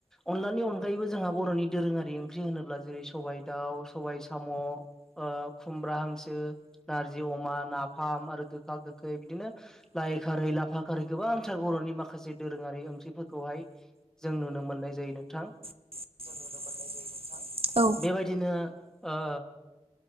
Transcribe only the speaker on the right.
जों नुनो मोननाय जायो नोंथां औ।